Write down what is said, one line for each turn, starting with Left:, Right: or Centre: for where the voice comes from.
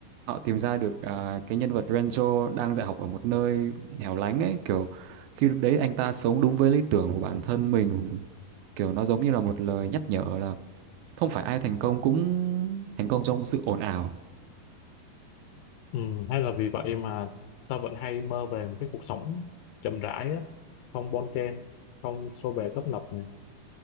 Right: họ tìm ra được à, cái nhân vật Renzo đang dạy học ở một nơi hẻo lánh ấy, kiểu khi lúc đấy anh ta sống đúng với lý tưởng của bản thân mình. Kiểu nó giống như là một lời nhắc nhở là không phải ai thành công cũng thành công trong sự ồn ào
Left: ừ, hay là vì vậy mà tao vẫn hay mơ về một cái cuộc sống chậm rãi á, không bon chen không xô bồ tấp nập này